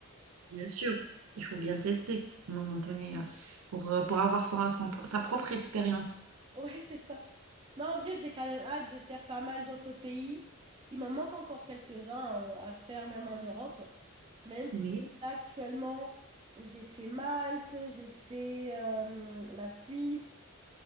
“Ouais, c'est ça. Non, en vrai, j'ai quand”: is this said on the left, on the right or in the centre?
Right